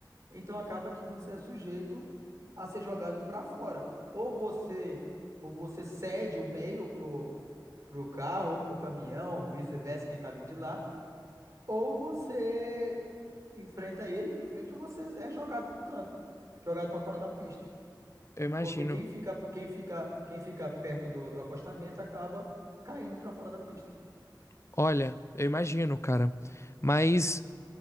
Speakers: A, on the right (about 40°); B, on the left (about 35°).
A: Então acaba que você é sujeito a ser jogado para fora. Ou você ou você cede o meio pro pro carro, pro caminhão, vice-versa, quem tá vindo de lá, ou você enfrenta ele de frente ou você é jogado pro canto, jogado para fora da pista.
B: Eu imagino.
A: Porque quem fica, quem fica, quem fica perto do, do acostamento acaba caindo para fora da pista.
B: Olha, eu imagino, cara. Mas,